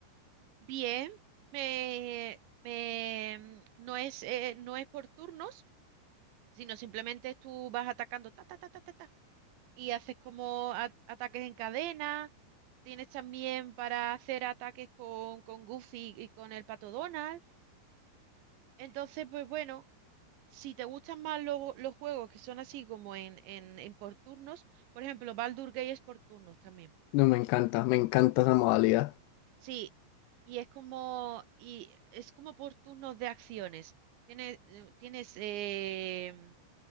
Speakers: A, on the right; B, on the left.
A: Bien, me, me, no es, eh, no es por turnos, sino simplemente tú vas atacando ta, ta, ta, ta, ta, ta, y haces como a- ataques en cadena. Tienes también para hacer ataques con, con Goofy y con el Pato Donald. Entonces, pues bueno, si te gustan más lo- los juegos que son así como en, en, en por turnos, por ejemplo, Baldur Gate es por turnos también.
B: No, me encanta, me encanta esa modalidad.
A: Sí, y es como, y es como por turnos de acciones. Tienes, eh, tienes em,